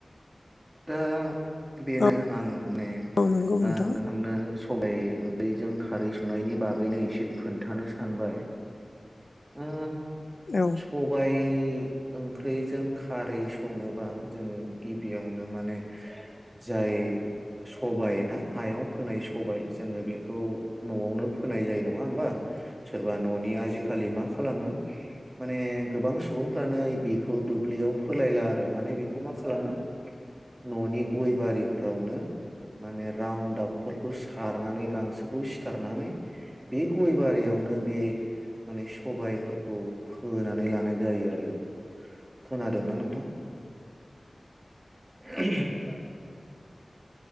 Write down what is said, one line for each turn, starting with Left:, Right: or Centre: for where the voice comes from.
Right: दा बेनो
Left: औ
Right: आं माने
Left: औ नंगौ नोंथां
Right: ओ नोंथांनो सबाय ओंख्रैजों खारै संनायनि बागैनो इसे खोन्थानो सानबाय उ
Left: औ
Right: सबाय ओंख्रिजों खारै सङोबा जोङो गिबियावनो माने जाय सबाय ना हायाव फोनाय सबाय जोङो बेखौ न'आवनो फोनाय जायो नङा होमबा सोरबा न'नि आजिखालि मा खालामो माने गोबां सुबुं फ्रानो बेखौ दुब्लियाव फोलायला आरो माने बेखौ मा खालामो न'नि गय बारिफ्रावनो माने रान्डआपफोरखौ सारनानै गांसोखौ सिथारनानै बे गय बारियाव नो बे माने सबबायफोरखौ फोनानै लानाय जायो आरो <unintelligible> खोनादोंना नोंथां? <unintelligible>